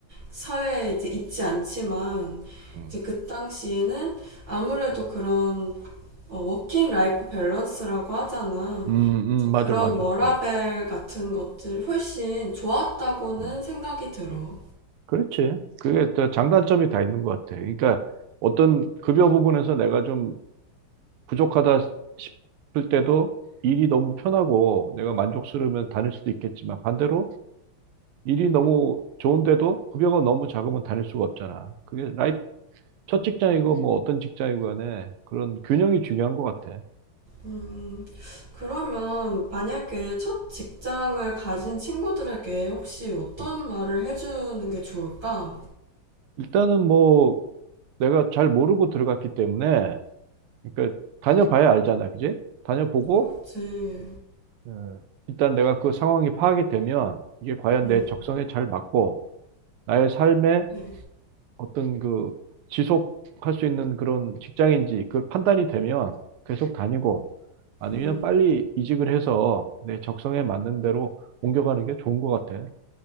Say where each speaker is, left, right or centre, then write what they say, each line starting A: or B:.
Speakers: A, on the right; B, on the right.
A: 사회에 이제 있지 않지만
B: 음.
A: 이제 그 당시에는 아무래도 그런 어, 워킹 라이프 밸런스라고 하잖아.
B: 음, 음,
A: 이제 그런
B: 맞아, 맞아.
A: 워라밸
B: 음,
A: 같은 것들 훨씬 좋았다고는
B: 음.
A: 생각이 들어.
B: 그렇지. 그게 또 장단점이 다 있는 것 같아. 그러니까 어떤 급여 부분에서 내가 좀 부족하다 싶을 때도 일이 너무 편하고 내가 만족스러우면 다닐 수도 있겠지만 반대로 일이 너무 좋은데도 급여가 너무 작으면 다닐 수가 없잖아. 그게 라이프, 첫 직장이고 뭐 어떤 직장이고 간에 그런 균형이 중요한 것 같아.
A: 음, 그러면 만약에 첫 직장을 가진 친구들에게 혹시 어떤
B: 음.
A: 말을 해주는 게 좋을까?
B: 일단은 뭐 내가 잘 모르고 들어갔기 때문에 그러니까 다녀봐야 알잖아. 그지? 다녀보고
A: 그렇지.
B: 네. 일단 내가 그 상황이 파악이 되면 이게 과연
A: 음,
B: 내 적성에 잘 맞고 나의 삶에
A: 네.
B: 어떤 그 지속할 수 있는 그런 직장인지 그 판단이 되면 계속 다니고 아니면
A: 음,
B: 빨리 이직을 해서 내 적성에 맞는 대로 옮겨가는 게 좋은 것 같아.